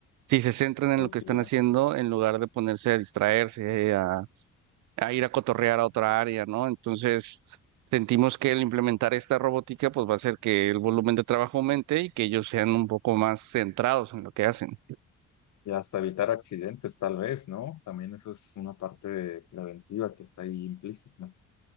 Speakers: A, on the right; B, on the left.
A: si se centran en
B: Productividad.
A: lo que están haciendo en lugar de ponerse a distraerse, a ir a cotorrear a otra área, ¿no? Entonces, sentimos que el implementar esta robótica, pues va a hacer que el volumen de trabajo aumente y que ellos sean un poco más centrados en lo que hacen.
B: Y hasta evitar accidentes, tal vez, ¿no? También eso es una parte de- preventiva que está ahí implícita.